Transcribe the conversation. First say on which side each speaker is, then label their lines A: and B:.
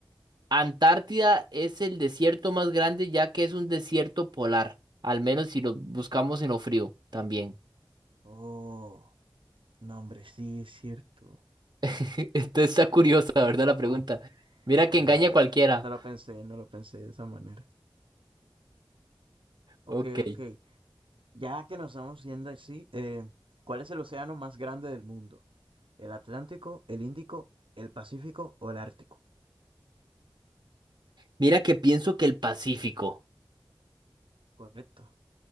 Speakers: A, on the right; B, on the right.
A: Antártida es el desierto más grande ya que es un desierto polar, al menos si lo buscamos en lo frío también.
B: Oh, no, hombre, sí es cierto.
A: <laughs> Entonces está curiosa, ¿verdad? La pregunta.
B: Uf,
A: Mira
B: uf,
A: que engaña
B: la verdad,
A: a cualquiera.
B: no lo pensé, no lo pensé de esa manera. Ok,
A: Ok.
B: ok, ya que nos estamos viendo así, eh, ¿cuál es el océano más grande del mundo? El Atlántico, el Índico, el Pacífico o el Ártico.
A: Mira que pienso que el Pacífico.
B: Correcto.